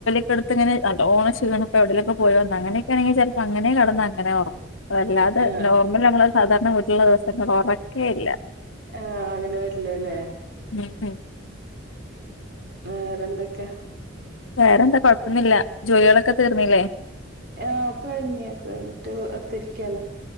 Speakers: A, on the left; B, on the right.
A: പണിയൊക്കെടുത്ത് ഇങ്ങനെ നല്ലോണം ക്ഷീണ ഇപ്പോ എവിടേലൊക്കെ പോയി വന്നാ അങ്ങനെക്കേണെങ്കി ചെലപ്പോ അങ്ങനെ കെടന്ന് അങ്ങനെ ഒറങ്ങും. അല്ലാതെ
B: ആഹ്
A: നോർമൽ നമ്മള് സാധാരണ വീട്ടില്ള്ള ദിവസക്കെ ഒറക്കേയില്ല.
B: ആഹ് അങ്ങനെ വരിലല്ലേ?
A: ഉം ഉം.
B: വേറെന്തെക്കെ?
A: വേറെന്താ കൊഴപ്പൊന്നില്ല ജോലികളൊക്കെ തീർന്നില്ലേ?
B: ആഹ് ഒക്കെ കഴിഞ്ഞ് ഒക്കെ കഴിഞ്ഞിട്ട് വേർതെയിരിക്കാണ്